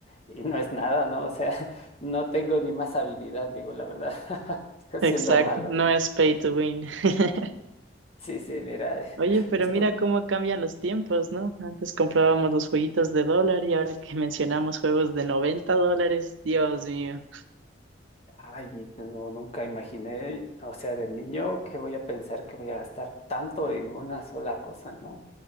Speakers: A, on the left; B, on the right.
A: y no es nada, ¿no? O sea, <laughs> no tengo ni más habilidad, digo, la verdad, <laughs>
B: Exacto,
A: siendo malo.
B: no
A: ¿no?
B: es pay to win. <laughs>
A: Sí, sí, mira, eh,
B: Oye,
A: <laughs>
B: pero
A: esto.
B: mira cómo cambian los tiempos, ¿no? Antes comprábamos los jueguitos de dólar y ahora que mencionamos juegos de 90 dólares, Dios mío.
A: Ay, no, no, nunca imaginé, o sea, de niño que voy a pensar que voy a gastar tanto en una sola cosa, ¿no?